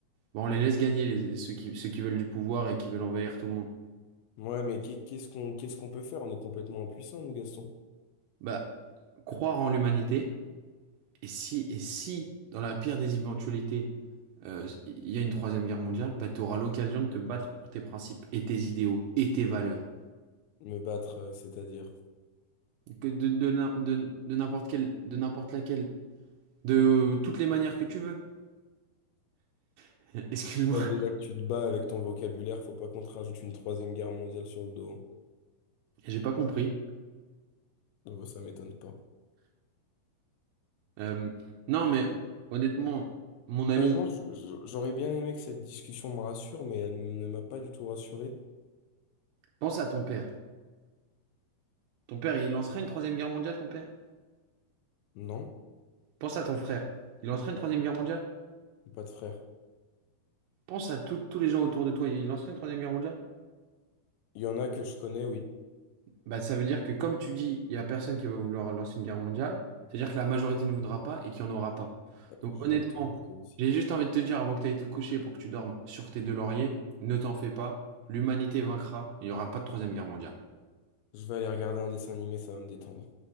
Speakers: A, on the right (about 80°); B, on the left (about 80°).
A: Bah, on les laisse gagner, les- ceux qui, ceux qui veulent du pouvoir et qui veulent envahir tout le monde.
B: Ouais, mais qu'est- qu'est-ce qu'on qu'est-ce qu'on peut faire? On est complètement impuissants, nous, Gaston.
A: Bah, croire en l'humanité, et si, et si, dans la pire des éventualités, euh, il y a une troisième guerre mondiale, bah, tu auras l'occasion de te battre pour tes principes et tes idéaux et tes valeurs.
B: Me battre, euh, c'est-à-dire.
A: Que de, de, n'im- de- de n'importe quelle, de n'importe laquelle, de euh, toutes les manières que tu veux. <laughs> Excuse-moi,
B: Euh, Déjà que tu te bats avec ton vocabulaire, faut pas qu'on te rajoute une troisième guerre mondiale sur le dos. hein.
A: j'ai pas compris.
B: Donc ouais, ça m'étonne pas.
A: Euh, non, mais honnêtement, mon ami,
B: Honnêtement, j- j- j'aurais bien aimé que cette discussion me rassure, mais elle ne m'a pas du tout rassuré.
A: pense à ton père. Ton père, il lancerait une troisième guerre mondiale, ton père?
B: Non,
A: Pense à ton frère. Il lancerait une troisième guerre mondiale?
B: j'ai pas de frère.
A: Pense à tout- tous les gens autour de toi, ils lanceraient une troisième guerre mondiale?
B: Il y en a que je connais, oui.
A: Bah, ça veut dire que, comme tu dis, il n'y a personne qui va vouloir lancer une guerre mondiale, c'est-à-dire que la majorité ne voudra pas et qu'il n'y en aura pas.
B: Euh,
A: Donc,
B: Je
A: honnêtement,
B: viens de te dire que aussi.
A: j'ai juste envie de te dire, avant que tu ailles te coucher pour que tu dormes sur tes deux lauriers, ne t'en fais pas, l'humanité vaincra, il n'y aura pas de troisième guerre mondiale.
B: Je vais aller regarder un dessin animé, ça va me détendre.